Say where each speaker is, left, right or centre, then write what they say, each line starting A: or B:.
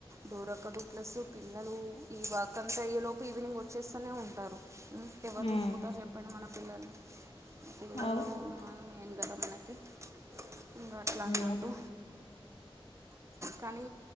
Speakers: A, on the right (about 30°); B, on the left (about 70°).
A: డూరొక్కదు ప్లస్ పిల్లలు ఈ వాకంతా అయ్యేలోపు ఈవినింగ్ వచ్చేస్తూనే ఉంటారు. ఉ ఎవరు
B: ఉమ్
A: చూసుకుంటారు చెప్పండి మన పిల్లల్ని పిల్లలు
B: అవు
A: మా మెయిన్ కదా మనకి ఇంగ అట్లా అన్నట్టు
B: ఉమ్
A: కానీ